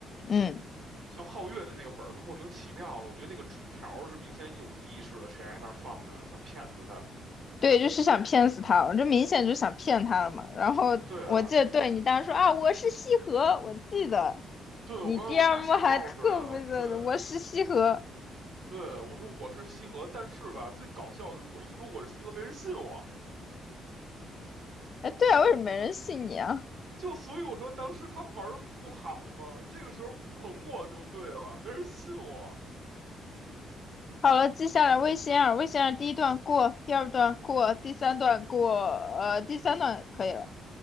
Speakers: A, on the left; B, on the right.
A: 嗯，
B: 像皓月的那个本儿就莫名其妙了。我觉得那个纸条是明显有意识的，谁还那儿放呢？想骗死他？
A: 对，就是想骗死他，我这明显就想骗他了嘛。然后我记得，
B: 对的，
A: 对你当时说啊，我是西河，我记得
B: 对我刚才我大傻帽似的，
A: 你第二幕还特别的我是西河。
B: 对。对，我说我是西河，但是吧，最搞笑的是我一说我是西河，没人信我，
A: 哎，对啊，为什么没人信你啊？
B: 就所以我说当时他们玩的不好嘛，这个时候捧我就对了，没人信我。
A: 好了，接下来，魏仙儿，魏仙儿第一段过，第二段过，第三段过，呃，第三段可以了。